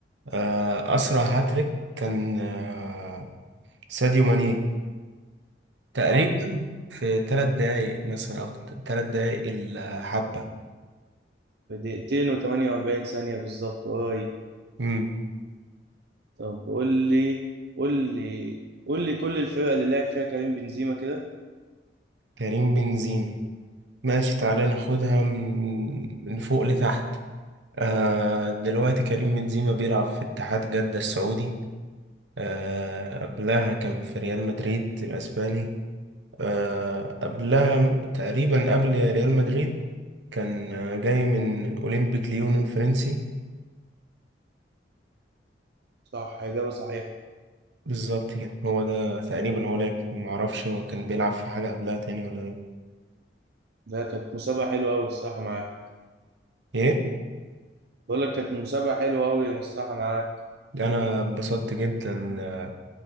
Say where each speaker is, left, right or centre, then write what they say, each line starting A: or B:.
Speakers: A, on the right (about 85°); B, on the right (about 65°).
A: آه، اسرع هاتريك كان آه، ساديو ماني تقريبا
B: صح
A: في ثلاث دقايق مثلا او ثلاث دقايق الحبه
B: في دقيقتين و48 ثانية بالظبط قريب
A: امم
B: طب قول لي قول لي قول لي كل الفرق اللي لعب فيها كريم بنزيما كده
A: كريم بنزيما ماشي تعالى ناخدها من من فوق لتحت آه، دلوقتي كريم بنزيما بيلعب في اتحاد جدة السعودي آه، قبلها كان في ريال مدريد الاسباني آه، قبلها تقريبا قبل ريال مدريد كان آه، جاي من أولمبيك ليون الفرنسي
B: صح إجابة صحيحة
A: بالظبط كده هو ده تقريبا هو لعب في- معرفش هو كان بيلعب في حاجة قبلها تاني ولا لأ
B: ده كانت مسابقة حلوة أوي الصح معاك
A: إيه؟
B: بقول لك كانت مسابقة حلوة أوي الصراحة معاك
A: أنا اتبسطت جدا آه،